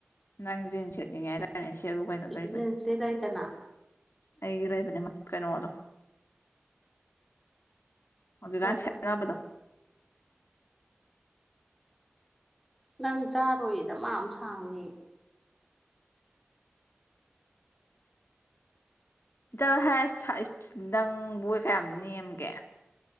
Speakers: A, on the left (about 75°); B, in the centre.
A: ꯅꯪ ꯖꯤꯟ ꯁꯦꯠꯂꯤꯉꯥꯏ ꯍꯥꯏꯇꯥꯔꯦꯅꯦ ꯁꯦꯔꯨ ꯀꯩꯅꯣ ꯂꯩꯕꯅꯦ
B: ꯖꯤꯟꯁꯇꯤ ꯂꯩꯇꯅ
A: ꯑꯩ ꯏꯔꯣꯏꯕꯅꯦ ꯀꯩꯅꯣꯗꯣ ꯑꯗꯨꯀꯥꯟ
B: ꯀꯔꯤ
A: ꯁꯦꯅꯕꯗꯣ
B: ꯅꯪ ꯆꯥꯔꯣꯏꯗ ꯃꯥ ꯁꯥꯡꯅꯤ
A: ꯆꯠꯂꯣ ꯍꯥꯏ ꯅꯪ ꯕꯣꯏ ꯀꯌꯥꯝ ꯅꯦꯝꯒꯦ